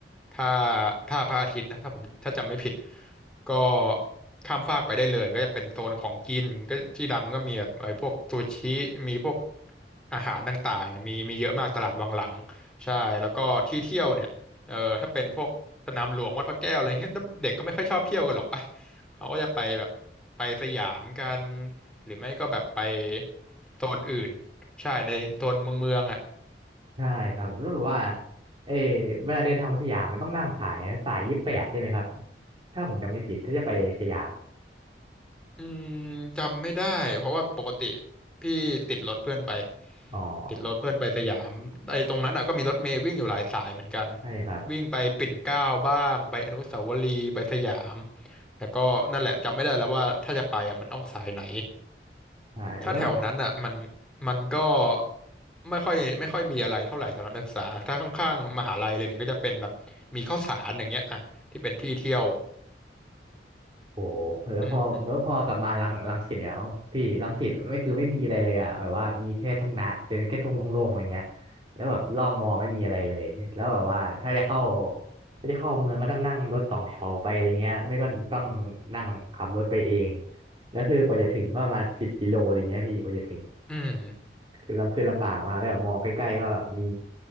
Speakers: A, in the centre; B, on the right.
A: ท่าท่าพระอาทิตย์นะถ้าผมถ้าจำไม่ผิดก็ข้ามฟากไปได้เลยก็จะเป็นโซนของกินก็ที่ดังก็มีแบบไอ้พวกซูชิมีพวกอาหารต่างๆเนี่ยมีมีเยอะมากตลาดวังหลังใช่แล้วก็ที่เที่ยวเนี่ยเออถ้าเป็นพวกสนามหลวงวัดพระแก้วอะไรเงี้ยเด็กก็ไม่ค่อยชอบเที่ยวกันหรอกปะเขาก็จะไปแบบไปสยามกัน หรือไม่ก็แบบไปโซนอื่นใช่ในโซนเมืองเมืองอ่ะ
B: ใช่ครับแล้วแบบว่าเออเวลาเดินทางมาสยามมันต้องนั่งสายสายยี่สิบแปดใช่ไหมครับถ้าผมจำไม่ผิดถ้าจะไปสยาม
A: อืมจำไม่ได้เพราะว่าปกติพี่ติดรถเพื่อนไป
B: อ๋อ
A: ติดรถเพื่อนไปสยามไอ้ตรงนั้นอ่ะก็มีรถเมล์วิ่งอยู่หลายสายเหมือนกัน
B: ใช่ครับ
A: วิ่งไปปิ่นเกล้าบ้างไปอนุสาวรีย์ไปสยามแล้วก็นั่นแหละจำไม่ได้แล้วว่าถ้าจะไปอ่ะมันต้องสายไหน
B: ใช่แล้ว
A: ถ้าแถวนั้นอ่ะมันมันก็ไม่ค่อยไม่ค่อยมีอะไรเท่าไหร่สำหรับนักศึกษาถ้าข้างๆมหาลัยเลยเนี่ยก็จะเป็นแบบมีข้าวสารอย่างเงี้ยอ่ะที่เป็นที่เที่ยว
B: โอ้โหแล้วพอแล้วพอกลับมารังรังสิตเนี่ยเอาพี่รังสิตไม่คือไม่มีอะไรเลยอะแบบว่ามีแค่ทุ่งนาเป็นแค่ทุ่งโล่งๆอะไรเงี้ย
A: อืม
B: แล้วแบบรอบมอไม่มีอะไรเลยแล้วแบบว่าถ้าจะเข้าถ้าจะเข้าเมืองก็ต้องนั่งรถสองแถวไปอะไรเงี้ยไม่ก็ต้องนั่งขับรถไปเองแล้วคือกว่าจะถึงก็ประมาณสิบกิโลอะไรเงี้ยพี่กว่าจะถึง
A: อืม
B: คือลำคือลำบากมากแล้วแบบมอใกล้ๆก็มี